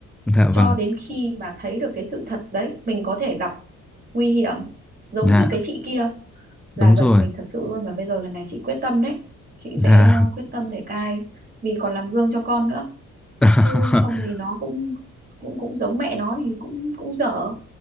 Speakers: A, in the centre; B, on the right.
A: dạ vâng
B: cho đến khi mà thấy được cái sự thật đấy mình có thể gặp nguy hiểm giống
A: dạ
B: như cái chị kia là
A: đúng
B: giật
A: rồi
B: mình thật sự luôn và bây giờ lần này chị quyết tâm đấy chị
A: là
B: sẽ ờ, quyết tâm để cai vì còn làm gương cho con nữa
A: <laughs>
B: chứ không thì nó cũng cũng cũng giống mẹ nó thì cũng cũng dở